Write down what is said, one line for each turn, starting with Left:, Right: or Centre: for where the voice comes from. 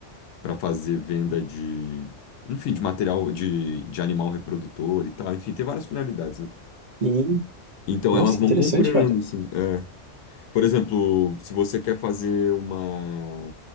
Left: para fazer venda de enfim de material de, de animal reprodutor e tal. Enfim, tem várias finalidades, né?
Right: Sim.
Left: Então
Right: Nossa,
Left: elas
Right: que
Left: vão
Right: interessante,
Left: comprando,
Right: cara.
Left: assim. é. Por exemplo, se você quer fazer uma,